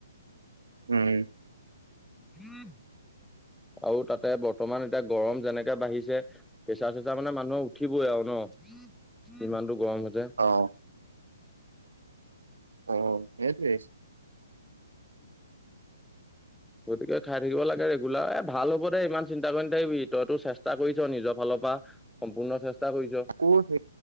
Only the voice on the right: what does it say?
উম।
অহ। অহ' সেইটোৱে।
ক'ত হে।